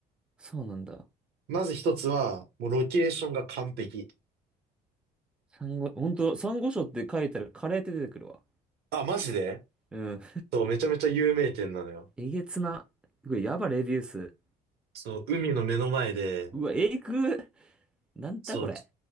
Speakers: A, in the centre; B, on the right.
A: そうなんだ。
B: まず一つは、もうロケーションが完璧。
A: サンゴ、ほんと、サンゴ礁って書いたらカレーって出てくるわ。
B: あ、マジで
A: うん。
B: そう、めちゃめちゃ有名店なのよ。
A: えげつな。これやばレビュー数。
B: そう、海の目の前で、
A: うわ、えぐなんだこれ。
B: そう、